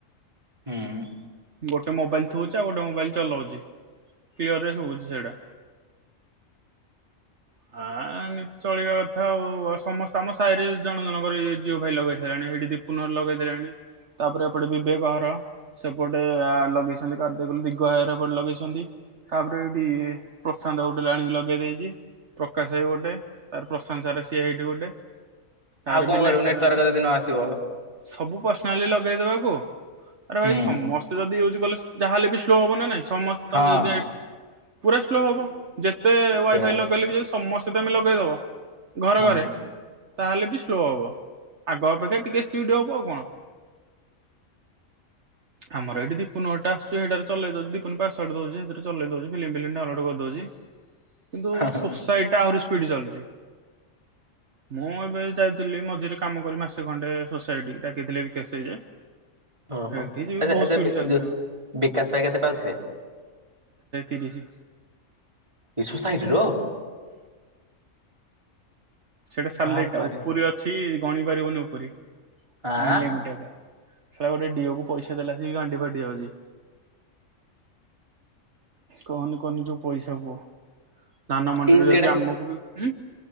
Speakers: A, on the right; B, on the right.
A: ହୁଁ।
B: ବଟ୍ ତ ମୋବାଇଲ୍ ଥୁଉଚି, ଆଉ ଗୋଟେ ମୋବାଇଲ୍ ଚଲଉଚି, କ୍ଲିଅର୍ ରେ ଶୁଭୁଛି ସେଇଟା ଆ, ଏମିତି ଚଳିବା କଥା ଆଉ ସମସ୍ତେ ଆମ ସାହିରେ ଜଣ ଜଣଙ୍କର ଇଏ ଜିଓ ଫାଇ ଲଗେଇ ସାଇଲେଣି, ସେଠି ଦୀପୁନ ଘର ଲଗେଇ ଦେଲେଣି, ତାପରେ ଏପଟେ ବିବେକ ଘର, ସେପଟେ ଆଲୋ ଲଗେଇଛନ୍ତି କାର ଦେଖିଲୁ ଦିଗ ଭାଇ ଘର ଏପଟେ ଲଗେଇଛନ୍ତି, ତାପରେ ଏଇଠି ଇଏ ପ୍ରଶାନ୍ତ ଗୋଟେ ବି ଆଣିକି ଲଗେଇ ଦେଇଚି, ପ୍ରକାଶ ଭାଇ ଗୋଟେ ତାପରେ ପ୍ରଶାନ୍ତ ସାର୍ ସିଏ ଏଇଠି ଗୋଟେ। ତାପରେ
A: ଆଉ କଣ
B: ବିନୟ
A: କରିବୁ
B: ସାର୍
A: ନେଟୱାର୍କ
B: ଘର
A: ଯଦି ନ ଆସିବ
B: ସବୁ ପର୍ସନାଲି ଲଗେଇଦବାକୁ ଆରେ
A: ହୁଁ
B: ଭାଇ ସମସ୍ତେ ଯଦି ୟୁଜ୍ କଲେ ଯାହା ହେଲେ ବି ସ୍ଲୋ ହବ ନା ନାଇଁ। ସମସ ତମେ
A: ହଁ
B: ଯଦି ଆଇ ପୁରା ସ୍ଲୋ ହବ ଯେ ସେ ୱାଇଫାଇ
A: ସେଇଆ
B: ଲଗେଇଲେ ବି ଯଦି ସୋ ସମସ୍ତେ ତୋମେ ଲଗେଇଦବ ଘରେ
A: ହୁଁ
B: ଘରେ
A: ହଁ
B: ତାହେଲେ ବି ସ୍ଲୋ ହବ ଆଗ ଅପେକ୍ଷା ଟିକେ ସ୍ପିଡ୍ ହବ ଆଉ କଣ ।ଆମର ଏଇଠି ଦିପୁନ ଘ ଟା ଆସୁଛି, ହେଇଟାରେ ଚଲେଇ ଦଉଚି, ଦିପୁନ ପାସୱାର୍ଡ୍ ଦଉଚି, ହେଇଥିରେ ଚଲେଇଦଉଚି ଫିଲିମ ଫିଲିମ ଡାଉନଲୋଡ଼୍ କରିଦଉଚି। କିନ୍ତୁ
A: ହଁ
B: ସୋସାଇଟା ଆହୁରି ସ୍ପିଡ୍ ଚାଲୁଚି, ମୁଁ ଏବେ ଯାଇଥିଲି ମଝିରେ କାମ କରି ମାସ ଖଣ୍ଡେ ସୋସାଇଟି ଡାକିଥିଲେ ବିକାଶ ଭାଇ ଯେ।
A: ଓ
B: ସେଇଠି
A: ହୋ
B: ଯିବି
A: ଏ-ଏଯାବେ
B: ବହୁତ ସ୍ପିଡ ଚାଲିଛି
A: ଯୋ
B: ଆମର
A: ବିକାଶ ଭାଇ କେତେ ପାଉଥିବେ?
B: ତିରିଶି।
A: ଏ ସୋସାଇଟିର।
B: ସେଟା ସାଲେରିଟା
A: ବାବାରେ
B: ଉପରି ଅଛି ଗଣି ପାରିବୁନି ଉପୁରି
A: ଆଁ
B: ଅନଲିମିଟେଡ଼୍। ଶଳା ଗୋଟେ ଡିଓ କୁ ପଇସା ଦେଲା ସେ ଗାଣ୍ଡି ଫାଟି ଯାଉଚି, କହନି କହନି ଯୋଉ ପଇସା ପୁଅ ଧାନ ମଣ୍ଡିରେ
A: ଏଇ ସେଇଟା
B: ଯଦି ଆମକୁ ବି ହୁଁ।